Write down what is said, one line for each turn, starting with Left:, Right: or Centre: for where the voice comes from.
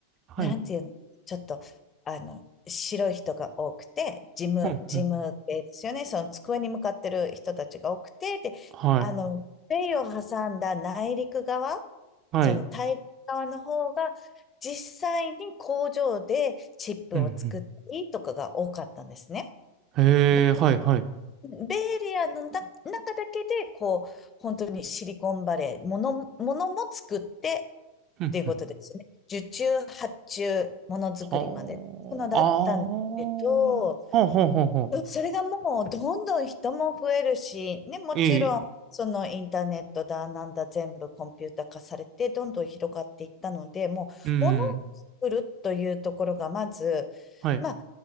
Right: はい。
Left: なんていうの、ちょっと、あの、白い人が多くて、事務、
Right: ほんほん。
Left: 事務系ですよね。その机に向かってる人たちが多くて、で、
Right: はい。
Left: あの、米を挟んだ内陸側、
Right: はい。
Left: その大陸側の方が、実際に工場でチップを作ったりとかが多かったんですね。
Right: うん、うん。へえ、
Left: だか
Right: はい、はい。
Left: ベイエリアのな中だけで、こう、本当にシリコンバレー、もの、ものも作ってっていうことですね。
Right: うん、うん。
Left: 受注、発注、ものづくりまで。
Right: はあ、
Left: そういうのだったんだけど、
Right: ああ、ほうほうほうほ
Left: それがもうどんどん人も増えるし、ね、もちろんそのインターネットだなんだ全部コンピュータ化されてどんどん広がっていったので、
Right: う。ええ、
Left: もう物を作るというところがまず、
Right: うん。はい。
Left: まあ、